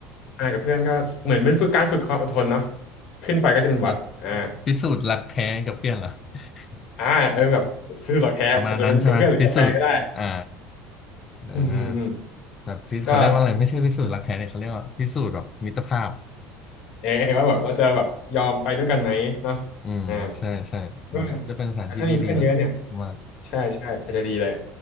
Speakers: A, on the left; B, on the left.
A: อ่ากับเพื่อนก็เหมือนเป็นฝึกการฝึกความอดทนเนาะขึ้นไปก็จะเป็นวัดอ่า
B: แล้วพิสูจน์รักแท้กับเพื่อนเหรอ <laughs>
A: อ่าเออแบบซื่อสัตย์แท้อาจจะเป็นกับเพื่อนหรือกับแฟนก็ได้
B: ประมาณนั้นใช่ไหมพิสูจน์อ่าอ่า
A: อืมอืมอืม
B: แบบพิเขาเรียกว่าอะไรไม่ใช่พิสูจน์รักแท้เนี่ยเขาเรียกว่าพิสูจน์แบบมิตรภาพ
A: ก็เออว่าแบบเราจะแบบยอมไปด้วยกันไหมเนาะ
B: อืมใช่ใช่อืมก็เป็นสถานที่ที่ดีนะผมว่า
A: อ่าก็ถ้ามีเพื่อนเยอะเนี่ยใช่ใช่อาจจะดีเลย